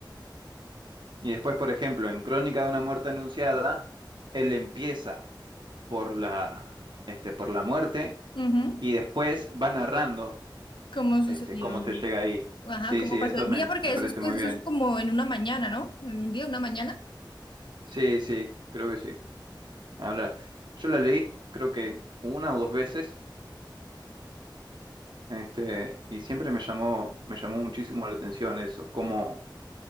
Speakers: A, on the right (about 70°); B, on the left (about 75°).
A: Y después, por ejemplo, en Crónica de una muerte anunciada, él empieza por la, este, por la muerte
B: Ujú.
A: y después va narrando,
B: ¿Cómo sucedió?
A: este, cómo se llega ahí.
B: Ajá,
A: Sí,
B: ¿cómo
A: sí,
B: pasó
A: eso
B: el
A: me,
B: día? Porque
A: me
B: eso
A: parece
B: es, pues,
A: muy bien.
B: eso es como en una mañana, ¿no? En un día, una mañana.
A: Sí, sí, creo que sí. Ahora, yo la leí, creo que una o dos veces, este, y siempre me llamó, me llamó muchísimo la atención eso, cómo